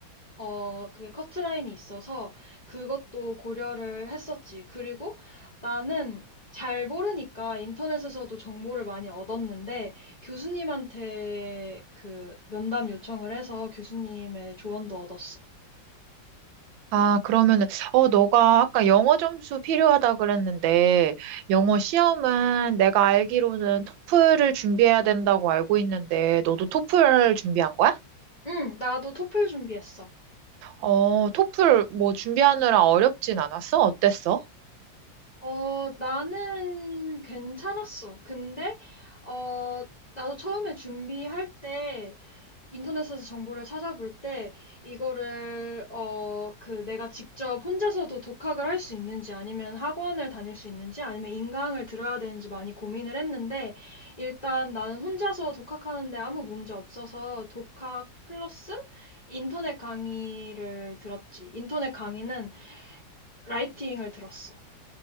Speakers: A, on the left; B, on the right.
A: 어, 그게 커트라인이 있어서 그것도 고려를 했었지. 그리고 나는 잘 모르니까 인터넷에서도 정보를 많이 얻었는데 교수님한테 그 면담 요청을 해서 교수님의 조언도 얻었어.
B: 아, 그러면은, 어, 너가 아까 영어 점수 필요하다 그랬는데, 영어 시험은 내가 알기로는 토플을 준비해야 된다고 알고 있는데, 너도 토플 준비한 거야?
A: 응, 나도 토플 준비했어.
B: 어, 토플 뭐 준비하느라 어렵진 않았어? 어땠어?
A: 어, 나는 괜찮았어. 근데, 어, 나도 처음에 준비할 때 인터넷에서 정보를 찾아볼 때 이거를 어, 그 내가 직접 혼자서도 독학을 할 수 있는지 아니면 학원을 다닐 수 있는지 아니면 인강을 들어야 되는지 많이 고민을 했는데 일단 나는 혼자서 독학하는데 아무 문제 없어서 독학 플러스 인터넷 강의를 들었지. 인터넷 강의는 라이팅을 들었어.